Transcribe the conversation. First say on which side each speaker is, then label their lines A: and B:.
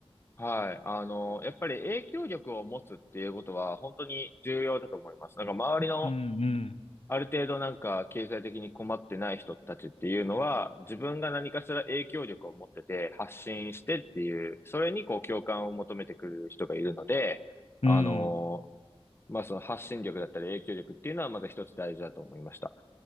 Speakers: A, on the left; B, on the left.
A: はい。あの、やっぱり影響力を持つっていうことは本当に重要だと思います。なんか周りの
B: うんうん。
A: ある程度なんか経済的に困ってない人たちっていうのは自分が何かしら影響力を持ってて発信してっていう、それにこう共感を求めてくる人がいるので、あの、
B: うん
A: まあその発信力だったり影響力っていうのはまず一つ大事だと思いました。